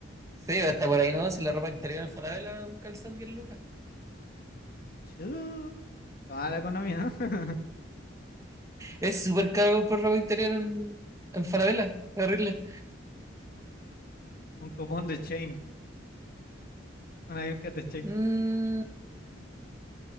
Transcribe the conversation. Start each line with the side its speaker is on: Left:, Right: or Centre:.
Right: sí, hasta por ahí no, si la ropa interior en Falabella, un calzón diez lucas.
Left: Chu, está mala la economía, ¿no? <laughs>
Right: Es súper caro comprar ropa interior en, en Falabella, es horrible.
Left: Un cupón de Chain, una Birker de Chain.
Right: Mm,